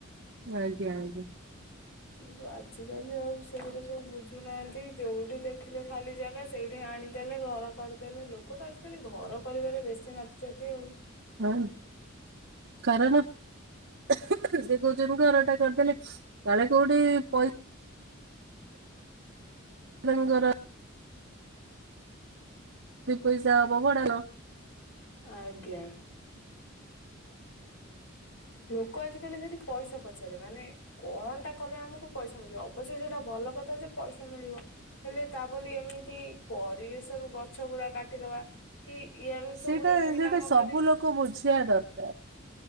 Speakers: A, on the right; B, on the left.
A: ଆଜ୍ଞା।
B: କିନ୍ତୁ ଆଜିକାଲି ଆଉ ସେଥିରେ ସବୁ ବୁଝୁନାହାନ୍ତି ଯେଉଁଠି ଦେଖିଲେ ଖାଲି ଜାଗା ସେଇଠି ଆଣିଦେଲେ ଘର କରିଦେଲେ ଲୋକ ତ ଆଜିକାଲି ଘର କରିବାରେ ବେଶୀ ମାତିଛନ୍ତି ଆଉ।
A: ଆ କଣ ଦେଖ ଯେ <unintelligible> ଘର ଟା କରିଦେଲେ କାଳେ କୋଉଠି ପଇ ତାଙ୍କର। ଦୁଇ ପଇସା ହବ ଭଡ଼ା।
B: ଆଜ୍ଞା। ଲୋକ ଆଜି କାଲି ପଇସା ପଛରେ ମାନେ କଣ ଟା କଲେ ଆମକୁ ପଇସା ମିଳିବ ଅବଶ୍ୟ ଭଲ କଥା ଯେ ପଇସା ମିଳିବ, ହେଲେ ତା ବୋଲି ଏମିତି ପରିବେଶ ରୁ ଗଛ ଗୁଡାକ କାଟିଦବା କି ଇଆଡୁ
A: ସେଇଟା
B: ସବୁ ଏମିତି
A: ସେଇଟା
B: କାମ
A: ସବୁ
B: କରି
A: ଲୋକ ବୁଝିବା ଦରକାର।